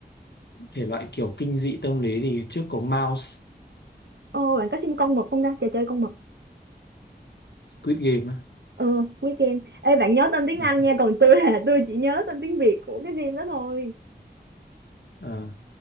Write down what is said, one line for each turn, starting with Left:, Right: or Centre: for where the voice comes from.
Left: thể loại kiểu kinh dị tâm lý thì trước có Mouse
Right: ô bạn có xem con mực không ta trò chơi con mực
Left: Squid Game á
Right: ừ cuối game ê bạn nhớ tên tiếng
Left: Ờ,
Right: Anh nha còn tôi là tôi chỉ nhớ tên tiếng Việt của cái phim đó thôi
Left: ờ.